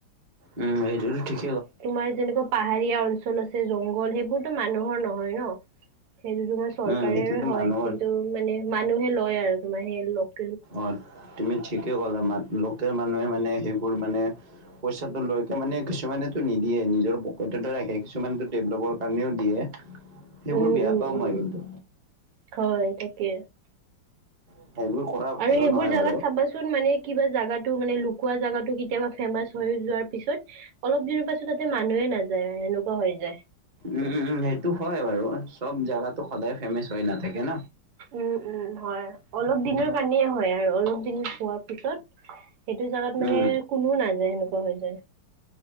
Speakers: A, on the right (about 25°); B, on the right (about 85°).
A: উম' সেইটোতো ঠিক
B: তোমাৰ যেনেকুৱা পাহাৰীয়া অঞ্চলত গোটেই জংগল, সেইবোৰতো মানুহৰ নহয় ন', সেইটো তোমাৰ চৰকাৰেৰে
A: উম এইটোতো
B: হয়।
A: মানুহৰ
B: কিন্তু মানে মানুহে লয় আৰু তোমাৰ সেই লগ
A: অ' তুমি ঠিকে ক'লা <unintelligible> সেইটো মানুহে মানে, সেইবোৰ মানে, পইচাটো লৈকে মানে কিছুমানেটো নিদিয়ে নিজৰ প গোটেইতো ৰাখে কিছুমানতো ডেভলপৰ কাৰণেও দিয়ে, সেইবোৰ
B: উম
A: বেয়া
B: উম
A: পাওঁ
B: উম
A: মই কিন্তু।
B: হয় তাকে।
A: <unintelligible> সেইবোৰ কৰা
B: আৰু
A: ভালো
B: সেইবোৰ
A: নহয়
B: জাগাত
A: বাৰু।
B: চাবাচোন তো মানে, কিবা জাগাটো মানে লুকোৱা জাগাটো কেতিয়াবা ফেমাচ হৈ যোৱাৰ পিছত অলপ দিনৰ পাছত তাতে মানুহে নাযায়। সেনেকুৱা হৈ যায়।
A: উম-উম-উম, সেইটো হয় বাৰু চব জাগাটো সদায় ফেমাচ হৈ নাথাকে ন।
B: উম-উম, হয় অলপ দিনৰ কাৰণেই হয় আৰু অলপ দিন হোৱাৰ পিছত সেইটো জাগাত মানে
A: উম
B: কোনো নাযায়, সেনেকুৱা হৈ যায়।